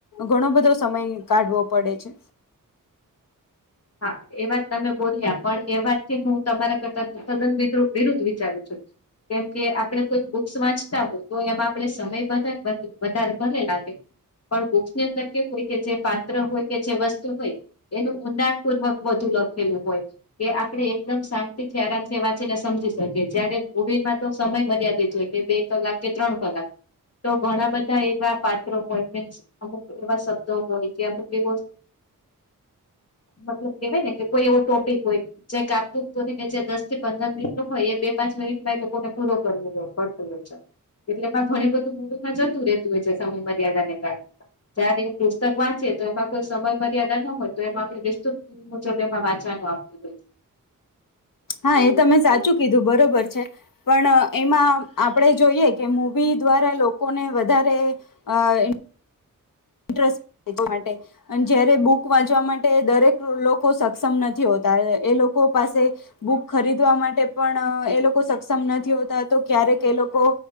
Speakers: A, on the left (about 75°); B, on the left (about 45°).
A: ઘણો બધો સમય કાઢવો પડે છે.
B: હા એ વાત તમે. બોલ્યા પણ એ વાતથી હું તમારા કરતા સદન વિરુદ્ધ વિચારું છું. કેમ કે આપડે કોઈ બુક્સ વાંચતા હોય તો એમાં આપડે સમય વધારે ભલે લાગે. પણ બુક્સ ની અંદર કેવું હોય કે જે પાત્ર હોય કે જે વસ્તુ હોય એનું ઊડાણ. પૂર્વક બુ લખેલું હોય કે આપણે એકદમ શાંતિ થી આરામ વાંચીને સમજી શકીએ જય્યારે. મવીમાં તો સમય મર્યાદિત હોય કે બે કલાક કે ત્રણ કલાક. તો ઘણા બધા એવા પાત્રો હોય અમુક એવા શબ્દો હોય કે અમુક એવો. મતલબ કેહેવાય ને કે કોઈ એવો ટોપિક હોય. જે કપુરીને જે દસ થી પંદર મિનિટ ન હોય એ બે પાંચ મિનિટમાં એ લોકોને પૂરો કરવ પડતો હોય છે. એટલેમાં ઘણી બધું મવીમાં જતું ર રહેતું હોય છે સમય મર્યાદા ને કારણે. જયારે એ પુસ્તક વાંચે તો એમાં કોઈ સમય મર્યાદા ન હોય તો એમાં આપણે મુજબ એમાં વાંચવાનો આપ્યું.
A: હા એ તમે સાચું કીધું બરોબર છે. પણ એમાં આપણે જોઈએ કે મૂવી દ્વારા લોકોને વધારે આ એ ટ્રસ્ટ <unintelligible> માટે અને જયારે બુક વાંચવા માટે દરેક લોકો સક્ષમ નથી હોતા એ લોકો પાસે બુક ખરીદવા માટે પણ એ લોકો સક્ષમ નથી હોતા તો ક્યારેક એ લોકો